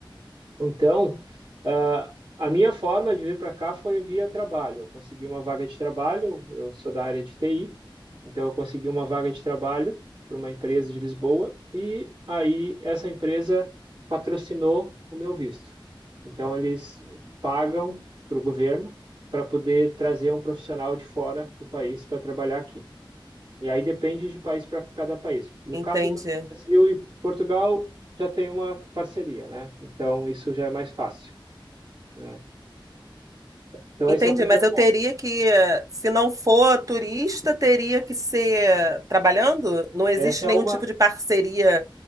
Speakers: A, on the right; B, on the right.
A: Então, ah, a minha forma de vir para cá foi via trabalho. Eu consegui uma vaga de trabalho, eu sou da área de TI, então eu consegui uma vaga de trabalho para uma empresa de Lisboa e aí essa empresa patrocinou o meu visto. Então, eles pagam para o governo para poder trazer um profissional de fora do país para trabalhar aqui. E aí depende de país para cada país. No
B: entendi.
A: caso do Brasil e Portugal, já tem uma parceria, né? Então isso já é mais fácil, né? Então
B: Entendi,
A: esse é o primeiro
B: mas eu
A: ponto.
B: teria que, se não for turista, teria que ser trabalhando? Não existe
A: Essa é
B: nenhum
A: uma,
B: tipo de parceria.